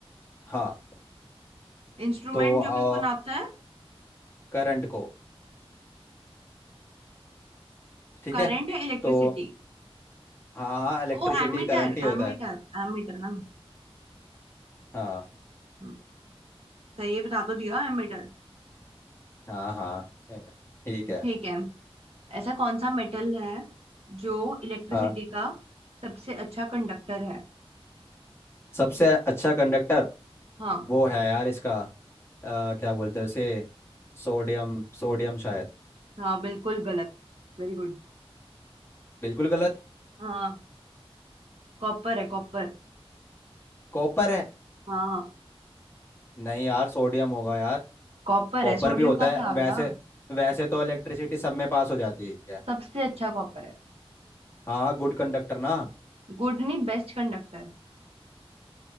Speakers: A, on the left; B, on the right.
A: हाँ
B: इंस्ट्रूमेंट
A: तो आ,
B: जो किसको नापता है
A: करंट को ठीक
B: करंट
A: है
B: या इलेक्ट्रिसिटी
A: तो हाँ हाँ इलेक्ट्रिसिटी
B: वो एमीटर
A: करंट ही होता
B: एमीटर
A: है
B: एमीटर ना
A: हाँ
B: हम्म, सही है बता तो दिया एमीटर
A: हाँ हाँ है, ठीक है
B: ठीक है ऐसा कौन सा मेटल है जो इलेक्ट्रिसिटी
A: हाँ
B: का सबसे अच्छा कंडक्टर है
A: सबसे अच्छा कंडक्टर
B: हाँ
A: वो है यार इसका आ, क्या बोलते हैं उसे सोडियम सोडियम शायद
B: हाँ बिल्कुल गलत Very good
A: बिल्कुल गलत
B: हाँ कॉपर है कॉपर
A: कॉपर है
B: हाँ
A: नहीं यार सोडियम होगा यार
B: कॉपर
A: कॉपर
B: है सोडियम
A: भी होता
B: कहाँ से
A: है
B: आ गया
A: वैसे वैसे तो इलेक्ट्रिसिटी सब में पास हो जाती है
B: सबसे अच्छा कॉपर है
A: हाँ गुड कंडक्टर ना
B: गुड नहीं बेस्ट कंडक्टर